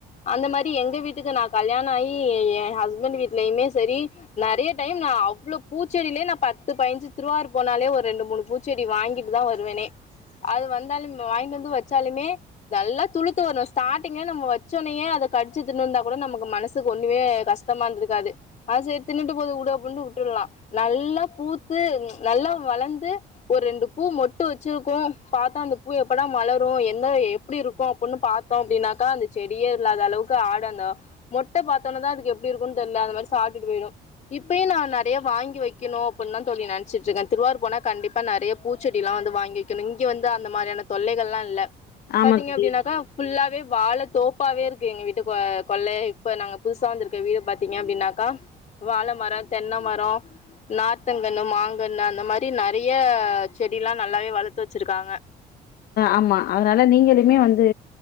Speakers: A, on the left; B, on the left.
A: அந்த மாரி எங்க வீட்டுக்கு நா கல்யாணாயி எ என் ஹஸ்பண்ட் வீட்லயுமே செரி நறைய டைம் நா அவ்ளோ பூச்செடியிலயே நா பத்து பயஞ்சு திருவாரூர் போனாலே ஒரு ரெண்டு மூணு பூச்செடி வாங்கிட்டு தா வருவேனே அது வந்தாலு வாங்கிட்டு வந்து வெச்சாலுமே நல்லா துளுத்து வரணு ஸ்டார்டிங்ல நம்ம வச்சோடனே அத கடிச்சு தின்னுருந்தா கூட நமக்கு மனசுக்கு ஒன்னுமே கஷ்டமா இருந்திருக்காது அது சரி தின்னுட்டு போது உடு அப்டின்னு விட்ருலா நல்லா பூத்து நல்லா வளந்து ஒரு ரெண்டு பூ மொட்டு வச்சுருக்கு பாத்தோ அந்த பூ எப்படா மலரு எந்த எப்பிடி இருக்கு அப்புடின்னு பாத்தோ அப்டின்னாக்கா அந்த செடியே இல்லாத அளவுக்கு ஆட அந்த மொட்டு பாத்தோன தா அதுக்கு எப்பிடி இருக்குன்னு தெரியல அது மாரி சாப்ட்டுட்டு போயிடு இப்பயு நா நறைய வாங்கி வைக்கணு அப்பன்னு தா தோழி நெனைச்சிட்டுருக்கே திருவாரூர் போனா கண்டிப்பா நறைய பூச்செடிலா வந்து வாங்கிக்கணு இங்க வந்து அந்த மாரியான தொல்லைகள்லா இல்ல
B: ஆமா
A: பாத்தீங்க
B: தோழி
A: அப்டின்னாக்கா ஃபுல்லாவே வாழை தோப்பாவே இருக்கு எங்க வீட்டு கொள்ளை இப்ப நாங்க புதுசா வந்திருக்க வீடு பாத்தீங்க அப்படின்னாக்கா வாழை மரம் தென்னை மரம் நா்த்தங்கனு மாங் கண்ண அந்த மாரி நிறைய செடிலாம் நல்லாவே வளர்த்து வச்சிருக்காங்க
B: ஆமா அதனால நீங்களளுமே வந்து